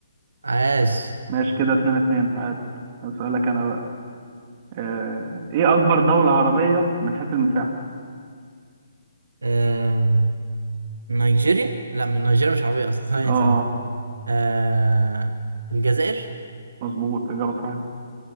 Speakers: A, on the right; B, on the right.
A: عاش
B: ماشي كده اتنين اتنين تعادل هسألك أنا بقى آه إيه أكبر دولة عربية من حيث المساحة؟
A: آم، نيجيريا لا من نيجيريا مش عربية أصلا <laughs> ثانية
B: أه آه.
A: ثانية آه، الجزائر
B: مظبوط إجابة صحيحة